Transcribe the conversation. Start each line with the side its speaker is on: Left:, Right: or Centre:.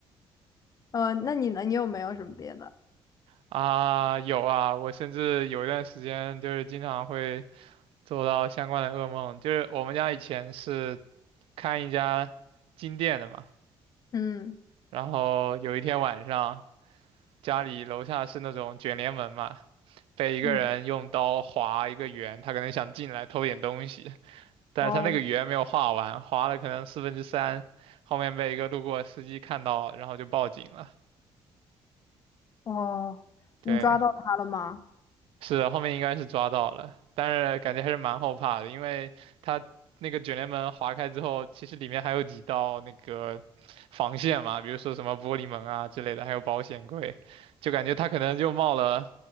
Left: 呃，那你呢？你有没有什么别的？
Right: 啊，有啊，我甚至有一段时间就是经常会做到相关的噩梦，就是我们家以前是。看一家金店的嘛，
Left: 嗯
Right: 然后有一天晚上，家里楼下是那种卷帘门嘛，被一个人用刀划一个圆，
Left: 嗯，
Right: 他可能想进来偷点东西，但是他那个圆没有画完，
Left: 哇哦
Right: 划了可能四分之三，后面被一个路过的司机看到，然后就报警了。
Left: 哦，
Right: 对，
Left: 你抓到他了吗？
Right: 是的，后面应该是抓到了，但是感觉还是蛮后怕的，因为他那个卷帘门划开之后，其实里面还有几道那个防线嘛，比如说什么玻璃门啊之类的，还有保险柜，就感觉他可能就冒了